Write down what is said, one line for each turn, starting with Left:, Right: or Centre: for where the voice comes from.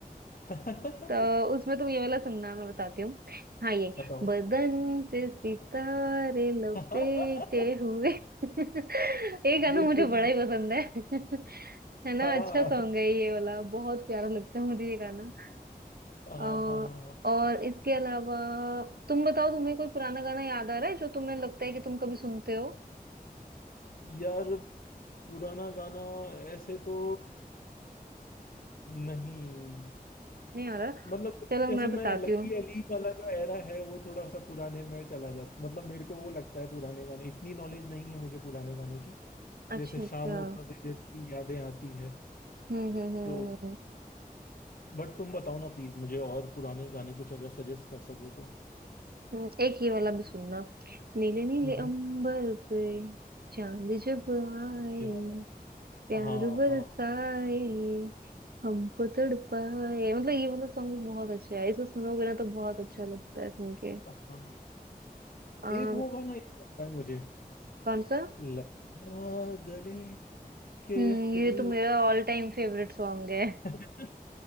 Left: <laughs>
Right: तो उसमें तुम ये वाला सुनना मैं बताती हूँ हाँ ये
Left: बताओ
Right: बदन पे सितारे लपेटे
Left: <laughs>
Right: हुए <laughs> ये गाना
Left: ये
Right: मुझे
Left: तो
Right: बड़ा
Left: सही
Right: ही पसंद
Left: है।
Right: है <laughs> है ना
Left: हाँ
Right: अच्छा सॉन्ग है ये वाला बहुत प्यारा लगता है मुझे ये गाना
Left: हाँ
Right: अ,
Left: हाँ हाँ, हाँ।
Right: और इसके अलावा तुम बताओ तुम्हें कोई पुराना गाना याद आ रहा है जो तुम्हें लगता है कि तुम कभी सुनते हो
Left: यार पुराना गाना ऐसे तो नहीं
Right: नहीं आ रहा
Left: मतलब
Right: चलो
Left: जैसे
Right: मैं
Left: मैं
Right: बताती
Left: लकी
Right: हूँ
Left: अली वाला जो एरा है वो थोड़ा सा पुराने में चला जाता मतलब मेरे को वो लगता है पुराने गाने इतनी नॉलेज नहीं है मुझे पुराने गानों की
Right: अच्छा
Left: जैसे
Right: अच्छा
Left: शाम हो सवेरे तेरी यादें आती है
Right: हम्म हम्म हम्म
Left: तो
Right: हम्म,
Left: बट तुम बताओ ना प्लीज मुझे और पुराने गाने कुछ अगर सजेस्ट कर सको तो
Right: हम्म, एक ये वाला भी सुनना नीले नीले
Left: हम्म
Right: अंबर पे चांद जब आए
Left: या
Right: प्यार
Left: हाँ
Right: बरसाए
Left: हाँ हाँ
Right: हमको तड़पाए मतलब ये वाला सॉन्ग भी बहुत अच्छा है इसको सुनोगे ना तो बहुत अच्छा लगता है सुन के
Left: हाँ हाँ।
Right: अम,
Left: एक वो गाना एक और गाना है मुझे
Right: कौन सा
Left: लगना गले के
Right: हम्म
Left: फिर
Right: ये तो मेरा ऑल टाइम फेवरेट सॉन्ग है
Left: <laughs>